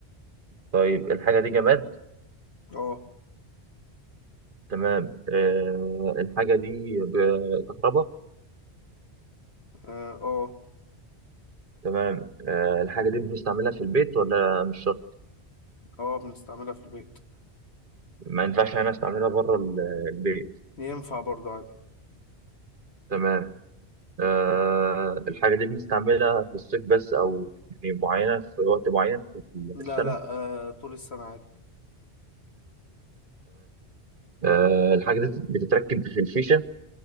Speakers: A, on the right; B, on the left.
A: طيب الحاجه دي جماد
B: اه
A: تمام آه الحاجه دي كهرباء
B: اه اه
A: تمام آه الحاجه دي بنستعملها في البيت ولا مش شرط
B: اه بنستعملها في البيت
A: ما ينفعش انا استعملها بره البيت
B: ينفع برضو عادي
A: تمام آه الحاجه دي بنستعملها في الصيف بس او يعني معينه في وقت معين في
B: لا
A: السنه
B: لا آه طول السنه عادي
A: آه الحاجه دي بتتركب في الفيشه